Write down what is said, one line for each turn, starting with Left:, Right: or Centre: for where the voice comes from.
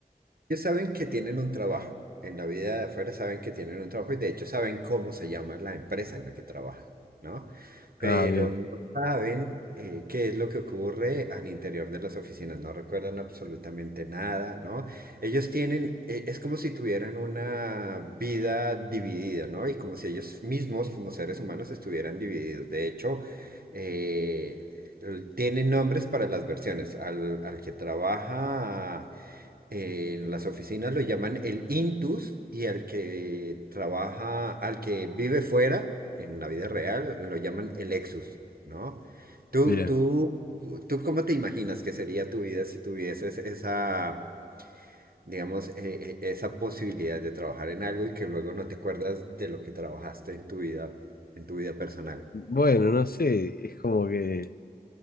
Right: ellos saben que tienen un trabajo. En la vida de afuera saben que tienen un trabajo y de hecho saben cómo se llama la empresa en la que trabajan, ¿no? Pero
Left: Ah, bien.
Right: no saben eh, qué es lo que ocurre al interior de las oficinas, no recuerdan absolutamente nada, ¿no? Ellos tienen, eh, es como si tuvieran una vida dividida, ¿no? Y como si ellos mismos, como seres humanos, estuvieran divididos. De hecho, eh, tienen nombres para las versiones. Al, al que trabaja En las oficinas lo llaman el intus y al que trabaja, al que vive fuera, en la vida real, lo llaman el exus, ¿no? ¿Tú,
Left: Bien.
Right: tú, tú cómo te imaginas que sería tu vida si tuvieses esa, digamos, eh, eh, esa posibilidad de trabajar en algo y que luego no te acuerdas de lo que trabajaste en tu vida, en tu vida personal?
Left: Bueno, no sé, es como que